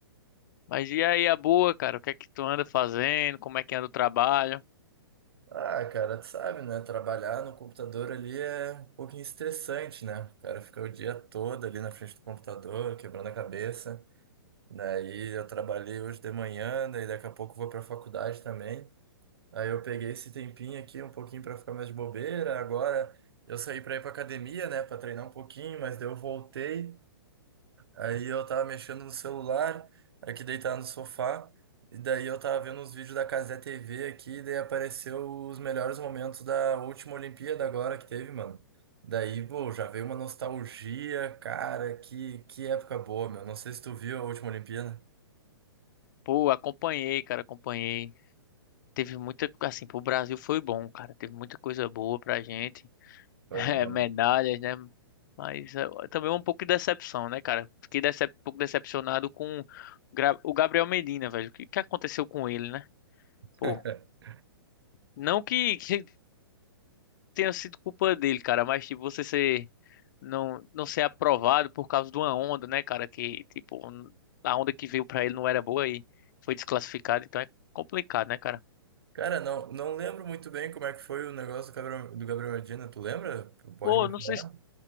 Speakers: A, on the left; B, on the right.
A: Mas e aí, a boa, cara? O que é que tu anda fazendo? Como é que anda o trabalho?
B: Ah, cara, tu sabe, né? Trabalhar no computador ali é um pouquinho estressante, né? O cara fica o dia todo ali na frente do computador, quebrando a cabeça. Daí eu trabalhei hoje de manhã, daí daqui a pouco eu vou pra faculdade também. Aí eu peguei esse tempinho aqui um pouquinho pra ficar mais de bobeira. Agora eu saí pra ir pra academia, né? Pra treinar um pouquinho, mas daí eu voltei. Aí eu tava mexendo no celular, aqui deitado no sofá, e daí eu tava vendo uns vídeos da Cazé TV aqui, e daí apareceu os melhores momentos da última Olimpíada agora que teve, mano. Daí, pô, já veio uma nostalgia, cara, que, que época boa, meu. Não sei se tu viu a última Olimpíada.
A: Pô, acompanhei, cara, acompanhei. Teve muita, assim, pro Brasil foi bom, cara. Teve muita coisa boa pra gente.
B: Foi
A: <laughs> É,
B: bom,
A: medalhas,
B: né?
A: né? Mas é, é também um pouco de decepção, né, cara? Fiquei decep um pouco decepcionado com o Gra- o Gabriel Medina, velho. O que que aconteceu com ele, né? Pô,
B: <laughs>
A: não que <laughs> que tenha sido culpa dele, cara, mas tipo, você ser não não ser aprovado por causa de uma onda, né, cara, que tipo, n- a onda que veio pra ele não era boa e foi desclassificado, então é complicado, né, cara?
B: Cara, não, não lembro muito bem como é que foi o negócio do Gabriel, do Gabriel Medina. Tu lembra? Tu Pode
A: Pô,
B: me
A: eu não
B: falar?
A: sei se